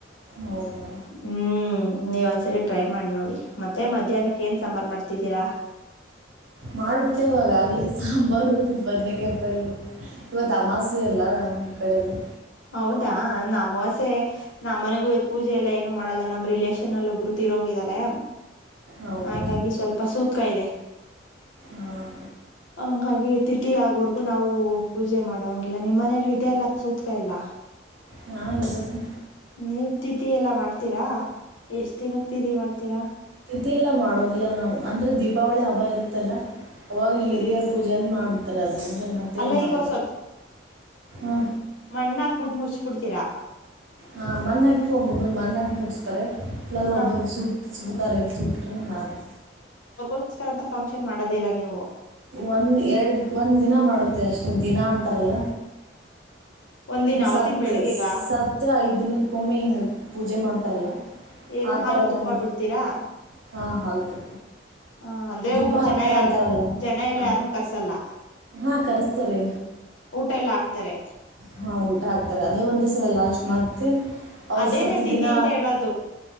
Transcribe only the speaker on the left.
ಹ್ಮ್ ನೀವ ಒಂದ್ಸರಿ ಟ್ರೈ ಮಾಡಿ ನೋಡಿ ಮತ್ತೆ ಮಧ್ಯಾಹ್ನಕ್ಕೆ ಏನ್ ಸಾಂಬಾರ್ ಮಾಡ್ತಿದ್ದೀರಾ
ಹೌದಾ ನಮ್ಮ ಅಮಾವಾಸ್ಯೆ ಪೂಜೆ ನಮ್ಮ್ ಮನೆಗೂ ಪೂಜೆ ಎಲ್ಲ ಏನು ಮಾಡಲ್ಲ ನಮ್ಮ್ ರಿಲೇಶನ್ ಅಲ್ಲಿ ಒಬ್ರು ತಿರೋಗಿದ್ದಾರೆ
ಹಾಗಾಗಿ ಸ್ವಲ್ಪ ಸೂತ್ಕ ಇದೆ
ಹಂಗಾಗಿ ತಿಥಿ ಆಗೋವರ್ಗು ನಾವು ಪೂಜೆ ಮಾಡೋಂಗಿಲ್ಲ ನಿಮ್ಮ್ ಮನ ಇದೆಲ್ಲ ಎಲ್ಲ
ನೀವ್ ತಿಥಿಎಲ್ಲ ಮಾಡ್ತೀರಾ ಎಷ್ಟ್ ದಿನಕ್ತಿದಿ ಮಾಡ್ತೀರಾ
ಅಲ್ಲ
ಈಗ ಅವ್ರು
ಮಣ್ಣಾಕ್ ಬಿಟ್ಟ ಮುಚ್ಬಿಡ್ತೀರಾ
ಹ
ಅಕ್ಕೋಸ್ಕರ ಅ ಫಂಕ್ಷನ್ ಮಾಡೋದಿಲ್ಲ ನೀವು
ಒಂದಿನ
ಅವತ್ತಿನ
ಬೆಳಿಗ್ಗೆಗ
ಏನು
ಹಾಲು ತುಪ್ಪ
ಬಿಡ್ತೀರಾ
ಹ ಅಂದ್ರೆ
ಊರ್ ಜನ
ಎಲ್
ಜನ ಎಲ್ಲ
ಯಾರನ್ನು ಕರ್ಸಲ್ಲ
ಊಟ ಎಲ್ಲ ಹಾಕ್ತಾರೆ
ಅದೇನೆ
ತಿಥಿ
ಅಂತ ಹೇಳೋದು